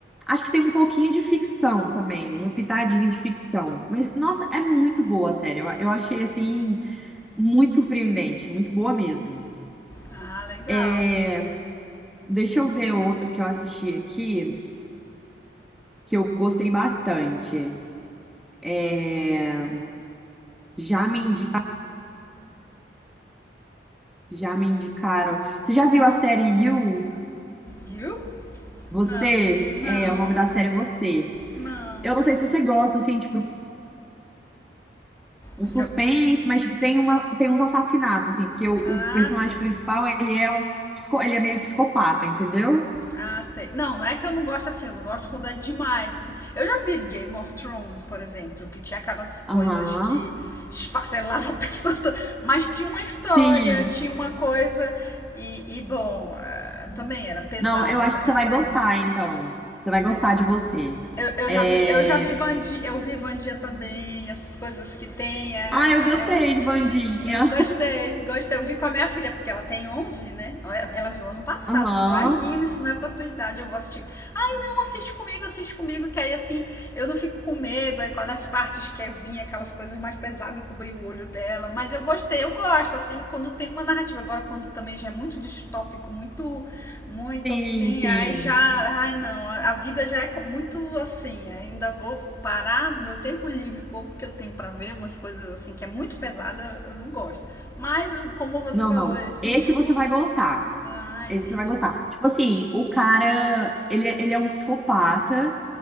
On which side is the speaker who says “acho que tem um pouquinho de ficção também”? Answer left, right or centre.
Centre